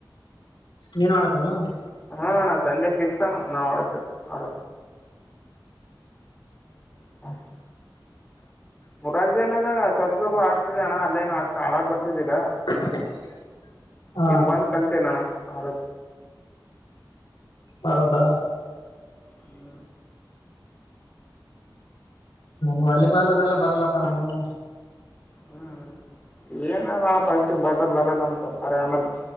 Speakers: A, on the left; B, on the left.
A: ನೀನು ಆಡ್ತೇನು
B: <unintelligible> ಹಾ ಅಣ್ಣ ಸಂಜೆ ಫಿಕ್ಸ್ ಆಣ ನಾವು ಅಡ ಅಡ ಹಾ ಮುರಾರಾಜಿಲ್ಜಲ್ಲದಾಗ ಸ್ವಲ್ಪ ಸ್ವಲ್ಪ ಆಡ್ತಿದ್ದ ಅಣ್ಣ ಅಲ್ಲೇನ ಅಷ್ಟ್ ಹಾಗ್ ಬರ್ತಿದ್ದಿಲ್ಲ
A: <unintelligible> ಹಾ
B: ಇಲ್ಲಿ ಬಂದ ಕಲ್ತ ನಣ ಆರ
A: ಹೌದಾ
B: ಹ್ಮ್
A: ವಾಲಿಬಾಲ್ ಅದೆಲ್ಲ ಬರಲ್ಲಪ್ಪ ನಮಗನು
B: ಹ್ಮ್ ಏನಲ್ಲಣ ಫಸ್ಟ್ ಬರಲ್ ಬರಲ್ಲ ಅಂತಂತಾರೆ ಆಮೇಲ್